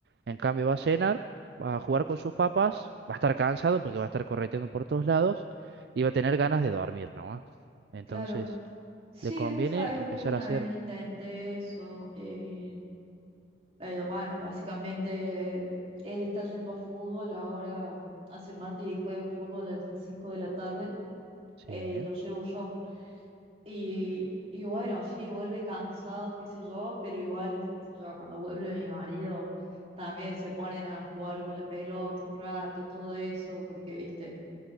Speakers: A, on the right; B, on the right.
A: En cambio va a cenar, va a jugar con sus papás, va a estar cansado porque va a estar correteando por todos lados y va a tener ganas de dormir, ¿no? Entonces
B: claro. Sí,
A: le conviene
B: vos sabés
A: empezar
B: que una
A: a hacer...
B: vez intenté eso. eh, Eh, bueno, básicamente él está yendo a fútbol ahora, hace martes y juega fútbol a las cinco de la tarde
A: Sí,
B: eh, y
A: ¿eh?
B: lo llevo yo. Y, y bueno, sí, vuelve cansado, qué sé yo, pero igual, qué sé yo, cuando vuelve mi marido, también se ponen a jugar con la pelota un rato, todo eso, porque viste,